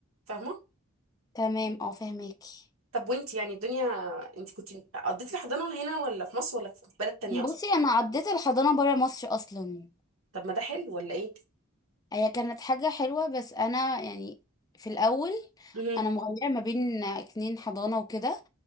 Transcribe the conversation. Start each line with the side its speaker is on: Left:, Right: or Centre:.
Right: فاهمه
Left: تمام اه فهماكي
Right: طب وانت يعني الدنيا انت كنت قضيتي الحضانة هنا ولا في مصر ولا في بلد تانية
Left: بصي
Right: اصلا
Left: انا عديت الحضانه بره مصر اصلا
Right: طب ما ده حلو ولا ايه
Left: هي كانت حاجه حلوه بس انا يعني في الاول
Right: مهم.
Left: انا مغيره ما بين اتنين حضانه وكده